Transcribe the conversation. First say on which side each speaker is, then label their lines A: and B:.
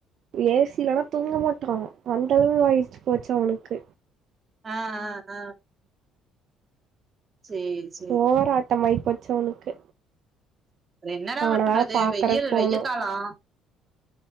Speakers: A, on the right (about 50°); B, on the right (about 25°).
A: ஏ சி இல்லனா தூங்க மாட்டா அத்தளவுக்கு ஆகி போச்சு அவனுக்கு
B: ஆ ஆ ஆ சேரி சேரி
A: ஓவர் ஆட்டம் ஆய் போச்சி அவனுக்கு
B: இத என்னடா
A: அவன
B: பண்றது
A: வேற பாக்கறக்கு
B: வெயில்
A: போனு
B: வெய காலோ